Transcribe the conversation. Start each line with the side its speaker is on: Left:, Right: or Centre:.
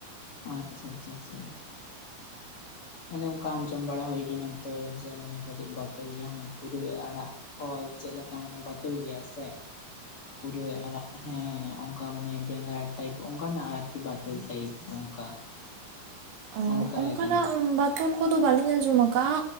Left: ᱟᱪᱪᱷᱟ ᱟᱪᱪᱷᱟ ᱻᱪᱷᱟ ᱻᱪᱷᱟ ᱾ ᱢᱟᱱᱮ ᱚᱱᱠᱟ ᱟᱸᱡᱚᱢ ᱵᱟᱲᱟ ᱦᱩᱭ ᱠᱟᱱᱟ ᱛᱚ ᱡᱮ ᱢᱟᱱᱮ ᱠᱟᱹᱴᱤᱡ ᱵᱟᱛᱚᱞ ᱜᱮᱭᱟ ᱯᱩᱨᱟᱹᱭ ᱟᱲᱟᱜ ᱠᱚ ᱪᱮᱫ ᱞᱮᱠᱟ ᱢᱟᱱᱮ ᱵᱟᱛᱚᱞ ᱜᱮᱭᱟ ᱥᱮ ᱯᱩᱨᱟᱹᱭ ᱟᱲᱟᱜ ᱦᱮᱸ ᱚᱱᱠᱟ ᱢᱟᱱᱮ ᱵᱮᱸᱜᱟᱲ ᱴᱟᱭᱤᱯ ᱚᱱᱠᱟᱱᱟᱜ ᱟᱨᱠᱤ ᱵᱟᱛᱚᱞ ᱴᱟᱭᱤᱯ ᱚᱱᱠᱟ᱾
Right: ᱚ
Left: ᱚᱱᱠᱟ
Right: ᱚᱱᱠᱟᱱᱟᱜ
Left: ᱞᱮᱠᱟᱱᱟᱜ
Right: ᱵᱟ ᱛᱳᱞ ᱠᱚᱫᱚ ᱵᱟᱹᱞᱤᱧ ᱟᱸᱡᱚᱢ ᱟᱠᱟᱫ-ᱟ,